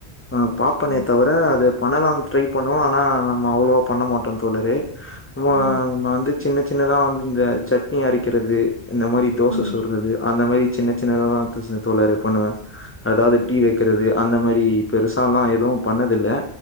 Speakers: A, on the left (about 15°); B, on the right (about 45°).
A: ஆ பாப்பனே
B: ம்
A: தவிர அது பண்ணலாம் ட்ரை பண்ணுவோம் ஆனால் நம்ம அவ்வளோவா பண்ண மாட்டோம் தோழரே ஆமா
B: ம்
A: நம்ம வந்து சின்ன சின்னதா வந்து இந்த சட்னி அரைக்கிறது இந்த மாரி தோசை
B: ம்
A: சுட்றது அந்த மாரி சின்ன சின்னததா தோழரே பண்ணுவே அதாவது
B: ம்
A: டீ
B: ம்
A: வைக்கிறது அந்த மாரி ஈ பெருசால்லா எதுவும் பண்ணதில்ல